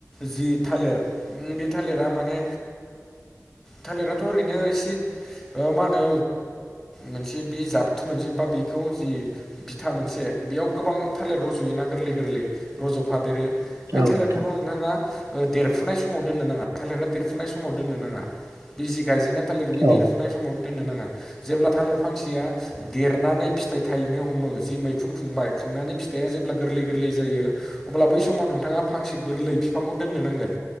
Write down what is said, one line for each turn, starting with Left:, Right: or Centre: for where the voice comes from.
Centre: जि थालिर बे थालिरा माने थालिर थ' ओरैनो एसे मा होनो मोनसे बि जाबथु मोनसे बा बेखौ जि बिथा मोनसे बेयाव गोबां थालिर रज'योना गोरलै गोरलै रज'फादेरो बे
Right: औ
Centre: थालिरफोरखौ
Right: नोंथां
Centre: नोंथाङा देरफुनाय समाव दोननो नाङा थालिर् देरफुनाय समाव दोननो नाङा बिजि गायजेननाया थालिर बि
Right: औ
Centre: देरफुनाय समाव दोननो नाङा जेब्ला थालिर फांसेया देरनानै फिथाइ थायनो हमो जि मैखुन खुंबाय खुंनानै फिथाइआ जेब्ला गोरलै गोरलै जायो अब्ला बै समावनो नोंथाङा फांसे गोरलै बिफांखौ दोननो नांगोन